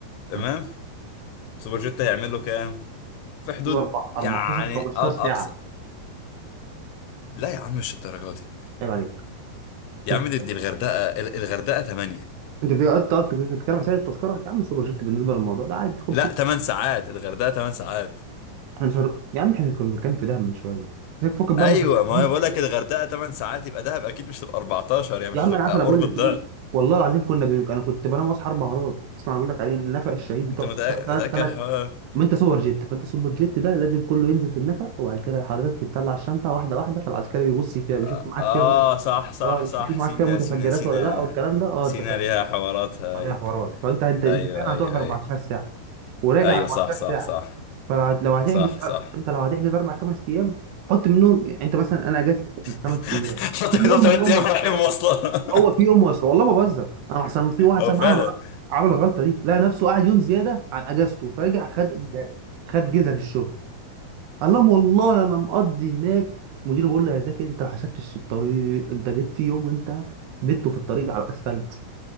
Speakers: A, on the left; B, on the right.
A: تمام؟
B: ماشي
A: سوبر جيت هيعمل له كام؟ في حدود
B: كل أربع
A: يعني
B: 14 15
A: أقصى
B: ساعة
A: لا يا عم مش الدرجة دي
B: عيب عليك
A: يا
B: كنت-
A: عم دي, دي الغردقة ال- الغردقة 8
B: انت بتقعد تقعد تتكلم عن سعر التذكرة يا عم سوبر جيت بالنسبة للموضوع ده عادي 500
A: لا 8 ساعات الغردقة 8 ساعات
B: احنا مش هر... يا عم احنا كنا بنتكلم في دهب من شوية فكك بقى
A: ايوه
B: من الغردقة
A: ما
B: دي
A: انا بقول لك الغردقة 8 ساعات يبقى دهب اكيد مش هتبقى 14 يعني
B: يا
A: مش
B: عم
A: هتبقى
B: انا عارف انا
A: قرب
B: بقول لك
A: الضعف
B: ايه والله العظيم كنا بي... انا كنت بنام واصحى اربع مرات اسمع انا بقول لك عليه النفق الشهيد
A: انت
B: بتقعد
A: متأ-
B: ثلاث
A: متأكد
B: ثلاث
A: حوار
B: ما انت سوبر جيت فانت سوبر جيت ده لازم كله ينزل في النفق وبعد كده حضرتك بتطلع الشنطه واحده واحده فالعسكري بيبص فيها
A: اه
B: بيشوف معاك
A: آه،
B: فيها مت...
A: صح صح
B: اه مش
A: صح
B: بيشوف معاك
A: سينا
B: فيها متفجرات
A: سينا سينا
B: ولا لا والكلام ده اه
A: سينا
B: انت فاهم
A: ليها حواراتها
B: عليها
A: اي
B: حوارات فانت انت انت
A: ايوه
B: فعلا
A: ايوه
B: هتقعد 14
A: ايوه
B: ساعه وراجع
A: ايوه
B: 14
A: صح صح
B: ساعه
A: صح
B: فلو لو هتحجز
A: صح صح
B: انت لو هتحجز اربع خمس ايام حط منهم يعني انت مثلا انا اجازتي خمس
A: <laughs>
B: ايام
A: حط
B: في
A: 3
B: يوم منهم
A: ايام رايحين مواصلة
B: هو في
A: <laughs>
B: يوم واسطه والله ما بهزر انا احسن في واحد
A: هو
B: صاحبي
A: فعلا
B: عمل عمل الغلطه دي لقى نفسه قعد يوم زياده عن اجازته فرجع خد خد جزء في الشغل قال لهم والله انا مقضي هناك المدير بيقول له يا زكي انت ما حسبتش الطريق انت جيت في يوم وانت بيته في الطريق على الاسفلت